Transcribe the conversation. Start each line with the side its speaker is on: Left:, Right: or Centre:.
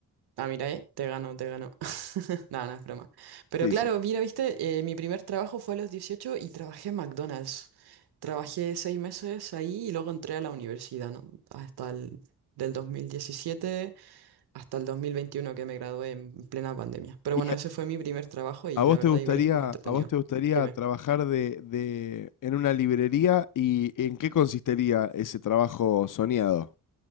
Right: Ah, mira, eh, te gano, te gano. <laughs> Nada, no, no, es broma. Pero
Left: Sí,
Right: claro,
Left: sí.
Right: mira, viste, eh, mi primer trabajo fue a los 18 y trabajé en McDonald's. Trabajé seis meses ahí y luego entré a la universidad, ¿no? Hasta el del 2017 hasta el 2021 que me gradué en plena pandemia. Pero
Left: ¿Y
Right: bueno,
Left: a
Right: ese fue mi primer trabajo y
Left: a vos
Right: la verdad
Left: te gustaría,
Right: igual estuvo entretenido.
Left: a vos te gustaría
Right: Dime.
Left: trabajar de, de, en una librería y en qué consistiría ese trabajo soñado?